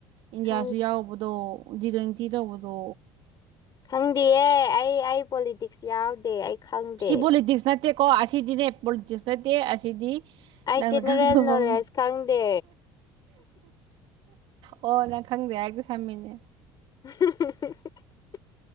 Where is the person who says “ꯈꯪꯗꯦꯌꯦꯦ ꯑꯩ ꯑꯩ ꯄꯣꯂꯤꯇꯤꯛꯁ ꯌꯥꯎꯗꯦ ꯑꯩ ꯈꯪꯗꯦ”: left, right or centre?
Left